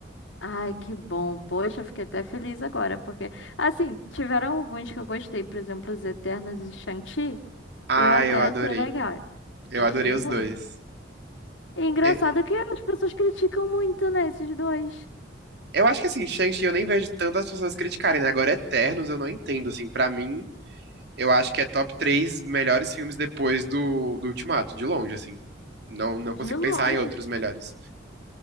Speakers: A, on the left (about 80°); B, on the right (about 60°).
A: Ai, que bom. Poxa, eu fiquei até feliz agora, porque, assim, tiveram alguns que eu gostei, por exemplo, os Eternos e Shang-Chi,
B: Ah,
A: eu até
B: eu adorei.
A: achei legal.
B: Eu
A: Gostei
B: adorei os
A: muito.
B: dois.
A: E engraçado
B: É,
A: que as pessoas criticam muito, né, esses dois,
B: Eu acho que assim, Shang-Chi eu nem vejo tantas pessoas criticarem, né? Agora Eternos eu não entendo, assim, pra mim Eu acho que é top três melhores filmes depois do, do Ultimato, de longe, assim. Não, não
A: de
B: consigo
A: longe.
B: pensar em outros melhores.